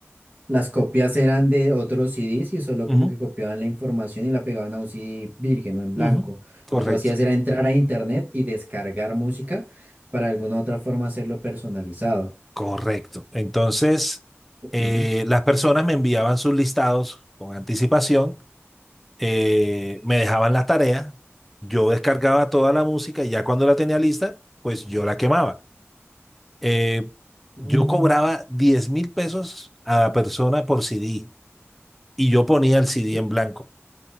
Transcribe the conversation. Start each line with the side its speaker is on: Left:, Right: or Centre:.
Right: las copias eran de otros CDs y solo
Centre: Ujú,
Right: como que copiaban la información y la pegaban a un CD virgen o en
Centre: ujú,
Right: blanco.
Centre: correcto,
Right: Lo que tú hacías era entrar a internet y descargar música para alguna otra forma hacerlo personalizado.
Centre: correcto. Entonces
Right: Ok.
Centre: eh, las personas me enviaban sus listados con anticipación eh, me dejaban las tareas, yo descargaba toda la música y ya cuando la tenía lista, pues yo la quemaba. Eh,
Right: Mm,
Centre: yo cobraba diez mil pesos a la persona por CD y yo ponía el CD
Right: u-
Centre: en blanco.